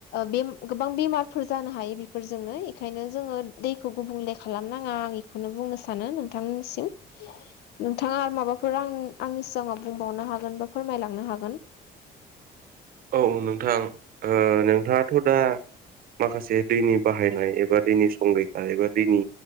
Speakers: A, on the left; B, on the right.
A: बे गोबां बेमारफोर जानो हायो बेफोरजोंनो बेखायनो जोङो दैखौ गुबुंले खालामनााङा आं बेखौनो बुंनो सानो नोंथांमोनसिम नोंथाङा आरो माबाफोर आं आंनि सिगाङाव बुंबावनो हागोन बा फोरमायलांनो हागोन
B: औ नोंथां नोंथाङाथ' दा माखासे दैनि बाहायनाय एबा दैनि संरैखा एबा दैनि